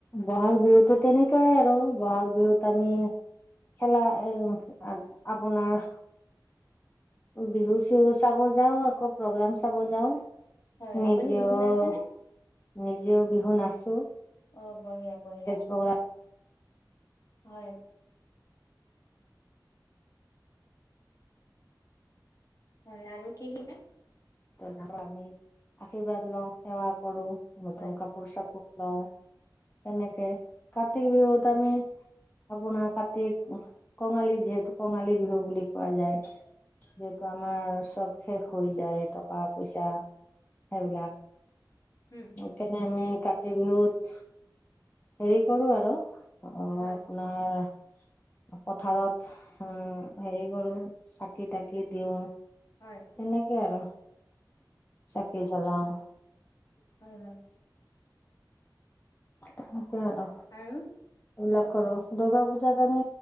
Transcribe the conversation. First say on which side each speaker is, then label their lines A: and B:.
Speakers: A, on the left (about 25°); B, on the left (about 45°).
A: ব'হাগ বিহুতো তেনেকুৱাই আৰু। ব'হাগ বিহুত আমি- খেলাই এ আপোনাৰ- বিহু -চিহু চাব যাওঁ আকৌ প্ৰ'গ্ৰাম চাব যাওঁ।
B: হয়
A: নিজেও-
B: আপুনি বিহু নাচেনে?
A: নিজেও বিহু নাচো।
B: অঁ, বঢ়িয়া বঢ়িয়া।
A: <inaudible>
B: হয়। হয়, আৰু কি কি?
A: ডাঙৰক আমি আশীৰ্বাদ লওঁ, সেৱা কৰো, নতুন
B: হয়
A: কাপোৰ -চাপোৰ লওঁ। তেনেকে। কাতি বিহুত আমি- আপোনাৰ কাতি কঙালী যিহেতু কঙালী বিহু বুলি কোৱা যায়। যিহেতু আমাৰ চব শেষ হৈ যায়। টকা- পইচা সেইবিলাক।
B: উম
A: সেইকাৰণে
B: হয়
A: আমি কাত- কাতি বিহুত- হেৰি কৰো আৰু অঁ
B: হয়
A: আপোনাৰ- পথাৰত উম, হেৰি কৰো চাকি -তাকি দিওঁ।
B: হয়।
A: তেনেকে আৰু। চাকি জ্বলাও
B: হয়, হয়।
A: হেনেকে আৰু।
B: আৰু?
A: এইবিলাক কৰো। দুৰ্গা পূজাত আমি